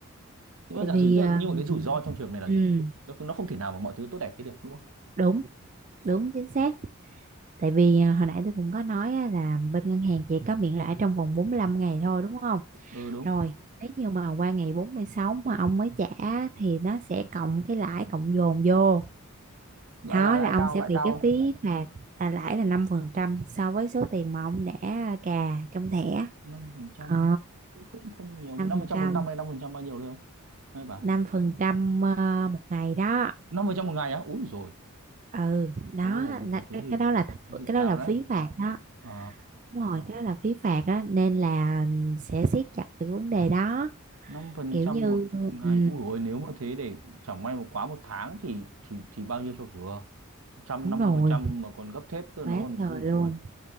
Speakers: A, on the right (about 70°); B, on the right (about 35°).
A: nhưng
B: tại
A: mà giả
B: vì
A: sử tức
B: ờ,
A: là- nhưng mà cái rủi
B: ừ,
A: ro trong trường này là
B: ừ,
A: gì nó, nó không thể nào mà mọi thứ tốt đẹp thế được đúng không
B: đúng đúng chính xác Tại vì à, hồi nãy tôi cũng có nói á, là bên ngân hàng chỉ có miễn lãi trong vòng 45 ngày thôi đúng không?
A: ừ đúng
B: Rồi, nếu như mà qua ngày 46 mà ông mới trả thì nó sẽ cộng cái lãi cộng dồn vô.
A: lãi
B: Đó
A: lãi lãi
B: là ông
A: cao
B: sẽ
A: lãi
B: bị
A: cao
B: cái phí phạt là lãi là 5% so với số tiền mà ông đã cà trong thẻ.
A: năm phần trăm
B: Ờ,
A: cũng không nhiều
B: năm
A: năm
B: phần
A: phần trăm
B: trăm
A: một năm hay năm phần trăm bao nhiêu được không hay bà
B: năm phần trăm ờ, một ngày đó.
A: năm phần trăm một ngày á úi rồi
B: Ừ, đó
A: ồ
B: là
A: thế
B: cái,
A: thì
B: cái
A: cũng
B: đó là
A: thế thì cũng
B: cái đó
A: cao
B: là
A: đấy
B: phí phạt đó.
A: À,
B: Đúng rồi, cái đó là phí phạt đó nên là sẽ siết chặt về cái vấn đề đó
A: năm phần
B: kiểu
A: trăm
B: như
A: một ngày.
B: ừ,
A: Ui dồi, ôi, nếu mà thế để chẳng may mà quá một tháng thì thì thì bao nhiêu cho vừa? trăm
B: đúng
A: năm
B: rồi
A: mươi phần trăm mà còn gấp thép cơ
B: quá
A: nó còn
B: trời
A: ui dồi
B: luôn
A: ôi.